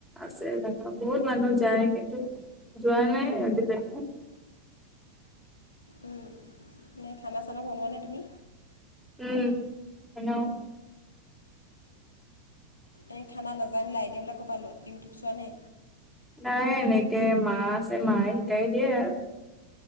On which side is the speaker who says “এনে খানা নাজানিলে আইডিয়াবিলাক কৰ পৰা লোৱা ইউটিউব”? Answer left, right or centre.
Left